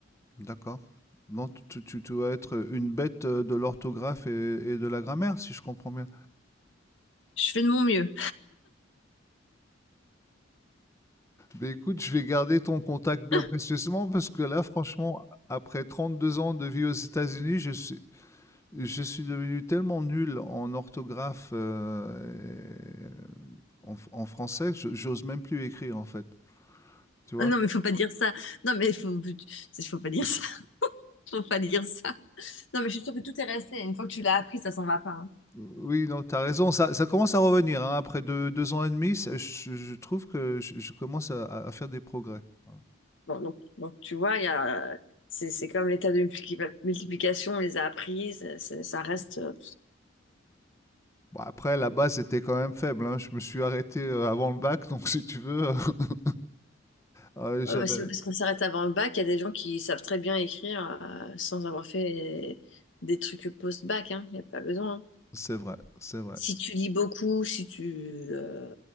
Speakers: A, on the left; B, on the left.
A: D'accord. Donc tu, tu, tu vas être une bête euh, de l'orthographe et, et de la grammaire, si je comprends bien.
B: Je fais de mon mieux.
A: Mais écoute, je vais garder ton contact bien
B: <laughs>
A: précieusement parce que là, franchement, après 32 ans de vie aux États-Unis, je suis, je suis devenu tellement nul en orthographe euh, et en, en français que je- j'ose même plus écrire en fait. Tu vois?
B: Ah non, mais faut pas dire ça. Non, mais faut, faut pas dire ça. <laughs> Faut pas dire ça. Non, mais je suis sûre que tout est resté. Une fois que tu l'as appris, ça s'en va pas. hein.
A: Oui, non, t'as raison, ça ça commence à revenir, hein, après 2 2 ans et demi, ça je je trouve que je je commence à à faire des progrès. Ouais.
B: Bon, donc, donc, tu vois, il y a, c'est, c'est comme l'état de multipli- multiplication, on les a appris, ça, ça- ça reste. euh,
A: Bon après la base était quand même faible, hein, je me suis arrêté, heu, avant le bac donc si tu veux, <laughs> heu, j'avais
B: ouais, bah, c'est pas parce qu'on s'arrête avant le bac, il y a des gens qui savent très bien écrire euh, sans avoir fait les- des trucs post-bac, hein. Il n'y a pas besoin. hein.
A: c'est vrai, c'est vrai.
B: Si tu lis beaucoup, si tu, euh,